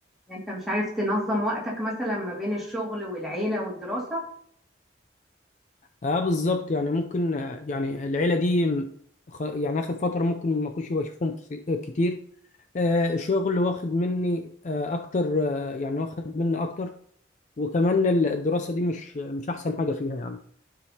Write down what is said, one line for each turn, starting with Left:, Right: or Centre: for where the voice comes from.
Centre: يعني انت مش عارف تنظم وقتك مثلا ما بين الشغل والعيلة والدراسة
Left: أه بالظبط يعني ممكن آه، يعني العيلة دي م- خ- يعني آخر فترة ممكن ما أكونش بشوفهم كس- آه، كتير آه، الشغل واخد مني آه، أكتر آه، يعني واخد مني أكتر وكمان ال- الدراسة دي مش مش أحسن حاجة فيها يعني